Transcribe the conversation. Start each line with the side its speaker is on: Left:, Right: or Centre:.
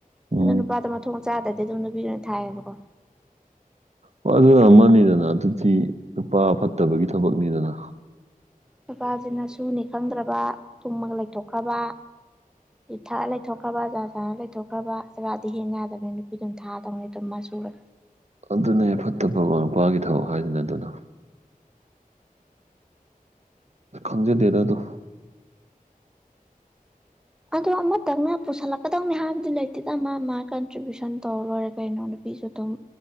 Right: ꯎꯝ
Centre: ꯑꯗꯣ ꯅꯨꯄꯥꯗꯣ ꯃꯊꯣꯡ ꯆꯥꯗ꯭ꯔꯗꯤ ꯑꯗꯨꯝ ꯅꯨꯄꯤꯗꯨ ꯑꯣꯏꯅ ꯊꯥꯏꯌꯦꯕꯀꯣ꯫
Right: ꯍꫭꯏ ꯑꯗꯨꯅ ꯑꯃꯅꯤꯗꯅ ꯑꯗꯨꯗꯤ ꯅꯨꯄꯥ ꯐꯠꯇꯕꯒꯤ ꯊꯕꯛꯅꯤꯗꯅ꯫
Centre: ꯅꯨꯄꯥꯖꯤꯅ ꯁꯨꯅꯤ ꯈꯪꯗ꯭ꯔꯕ ꯇꯨꯝꯃꯅ ꯂꯩꯊꯣꯛꯈ꯭ꯔꯕ ꯌꯨ ꯊꯛꯑ ꯂꯩꯊꯣꯛꯈ꯭ꯔꯕ ꯖꯥꯔ ꯁꯥꯔꯅ ꯂꯩꯊꯣꯛꯈ꯭ꯔꯕ ꯆꯖꯔꯥꯗꯤ ꯍꯦꯟꯅ ꯌꯥꯗꯕꯅꯤ ꯅꯨꯄꯤꯗꯨꯝ ꯊꯥꯛꯑꯗꯕꯅꯦ ꯑꯗꯨꯝ ꯃꯥ ꯁꯨꯔ
Right: ꯑꯗꯨꯅꯦ ꯐꯠꯇꯕ ꯃꯄꯥꯒꯤ ꯊꯕꯛ ꯍꯥꯏꯗꯨꯅꯦ ꯑꯗꯨꯅ ꯈꯪꯖꯗꯦꯗ ꯑꯗꯣ
Centre: ꯑꯗꯣ ꯑꯃꯇꯪꯅ ꯄꯨꯁꯜꯂꯛꯀꯗꯧꯅꯤ ꯍꯥꯏꯕꯗꯨ ꯂꯩꯇꯦꯗ ꯃꯥ ꯃꯥ ꯀꯟꯇ꯭ꯔꯤꯕꯌꯨꯁꯟ ꯇꯧꯔ ꯂꯣꯏꯔꯦ ꯀꯩꯅꯣ ꯅꯨꯄꯤꯁꯨ ꯑꯗꯨꯝ